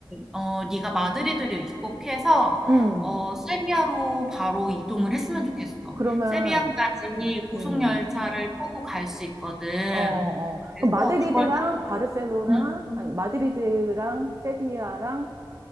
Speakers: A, in the centre; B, on the right.
A: 어 네가 마드리드를 입국해서
B: 음.
A: 어 세비야로 바로 이동을 했으면 좋겠어.
B: 그러면,
A: 세비야까지 고속
B: 음.
A: 열차를 타고 갈 수 있거든.
B: 어, 어.
A: 그래서
B: 그럼 마드리드랑
A: 그걸 타고
B: 바르셀로나,
A: 응,
B: 아니, 마드리드랑 세비야랑